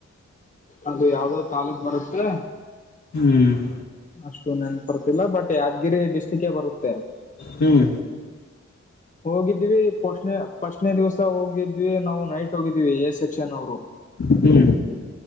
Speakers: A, on the left; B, on the left.
A: ಅದು ಯಾವ್ದೋ ತಾಾಲೂಕ್ ಬರುತ್ತೆ
B: ಹ್ಮ್
A: ಅಷ್ಟು ನೆನ್ಪರ್ತಿಲ್ಲ ಬಟ್ ಯಾದಗಿರಿ ಡಿಸ್ಟ್ರಿಕ್ ಬರುತ್ತೆ
B: ಹ್ಮ್
A: ಹೋಗಿದ್ವಿ ಪೋಸ್ಣ ಪಸ್ನೆ ದಿವ್ಸ ಹೋಗಿದ್ವಿ ನಾವು ನೈಟ್ ಹೋಗಿದ್ವಿ ಎ ಸೆಕ್ಷನ್ ಅವ್ರು
B: ಹ್ಮ್